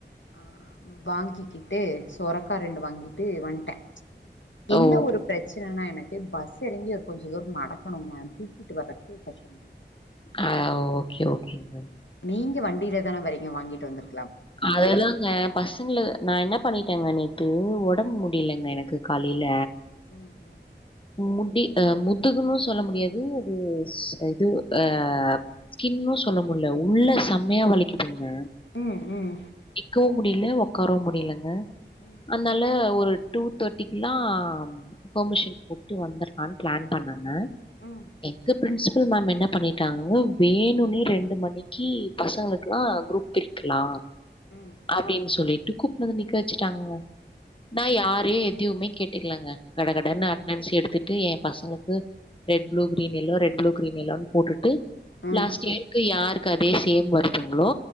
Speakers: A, on the left; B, on the left.
A: ஆ வாங்கிக் கிட்டு சொரக்கா ரெண்டு வாங்கிட்டு வன்ட்டே என்ன
B: ஓ!
A: ஒரு பிரச்சனனா எனக் டே பஸ் எறங்கி ஒரு கொஞ்சோ தூரோ நடக்கணுங்க தூக்கிட்டு வறத்க்கு கஷ்டமா இருக்கு
B: ஆ ஓகே ஓகேங்க
A: நீங்க வண்டில தான வரீங்க வாங்கிட் வந்துரு
B: அதெல்லங்க பசங்கள நா என்ன பண்ணிடேங்க நேத்து ஒடம் முடியலங்க எனக்கு காலில
A: ம் ம்
B: முட்டி அ முதுகுன்னு சொல்ல முடியாது அது ஸ் இது அ ஸ்கின்னு சொல்ல முட்ல உள்ள செம்மையா வலிக்கிதுங் க
A: ம்
B: நிக்கவு முடியில ஒக்காரவு முடியலங்க
A: ம்
B: அதனால ஒரு டூ தேட்டிக்கில்லா பேமிஷன் வுட்டு வந்தர்லான் பிளான் பண்ணங்க
A: ம்
B: எங்க பிரின்ஸ் பில் மேம் என்ன பண்ணிட்டாங்க வேனுனே ரெண்டு மணிக்கு பசங்களுக்லா குரூப் பிரிக்கலா
A: ம் ம்
B: அப்டின் சொல்லிட்டு கூப்டுனு வந்து நிக்க வச்சுட்டாங்க நா யாரே எதுவுமே கேட்டுக்லங்க கட கடன்னு
A: ம் ம்
B: எடுத்துட்டு எ பசங்ளுக்கு ரெட் ப்ளூ
A: ம்
B: green yellow red blue green எல்லோன் போட்டுட்டு
A: ம்
B: லாஸ்ட் இயருக்கு யாருக்கு அதே சேம் வருதுங்ளோ